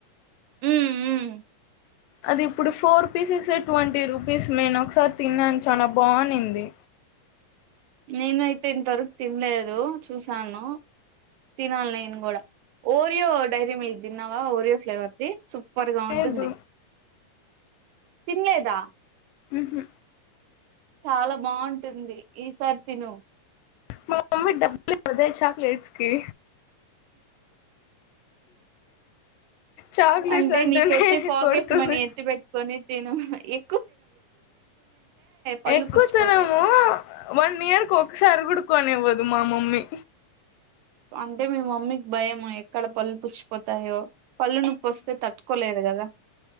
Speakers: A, on the right; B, on the left.
A: ఉమ్ ఉమ్
B: అది ఇప్పుడు ఫోర్ పీసెస్ సే ట్వంటీ రూపీస్ నేను ఒకసారి తిన్నాను చాలా బానింది
A: నేను అయితే ఇంతవరకు తినలేదు చూసాను తినాలి నేను కూడా ఓరియో డైరీ మిల్క్ తిన్నావా ఓరియో ఫ్లేవర్ది సూపర్ గా
B: లేదు
A: ఉంటుంది తినలేదా
B: ఊహూ
A: చాలా బావుంటుంది ఈ సారి తిను
B: మా మమ్మీ డబ్బులివ్వదే చాక్లేట్స్ కి చాక్లెట్స్
A: అంటే
B: అంటూనే
A: నీకొచ్చే పాకెట్
B: కొడుతుంది
A: మనీ ఎత్తి పెట్టుకోని తిను ఎ పళ్ళు
B: ఎక్కువ
A: పుచ్చిపోతాయి
B: తినము వన్ ఇయర్ కు ఒకసారి కూడా కొనివ్వద్ మా మమ్మీ
A: అంటే మీ మమ్మీకి భయమా ఎక్కడ పళ్ళు పుచ్చిపోతాయో పళ్ళు నొప్పి వస్తే తట్టుకోలేదు కదా